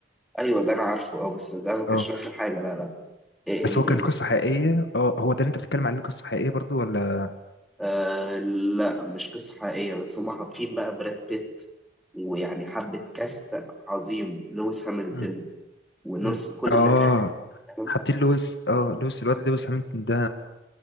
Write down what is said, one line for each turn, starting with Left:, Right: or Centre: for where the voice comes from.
Centre: ايوه ده انا عارفه اه بس ده ما كانش
Left: اه
Centre: نفس الحاجة لا لا إيه،
Left: بس
Centre: ال
Left: هو كان قصه
Centre: ال
Left: حقيقيه اه هو ده اللي انت بتتكلم عليه قصه حقيقيه برضو ولا
Centre: آه لا مش قصة حقيقية بس هما حاطين بقى براد بيت ويعني حبة كاست عظيم لويس هامilton
Left: مم.
Centre: ونص
Left: مم.
Centre: كل
Left: اه
Centre: الناس دي، فاهم؟
Left: حاطين لويس اه لويس الواد لويس هامilton ده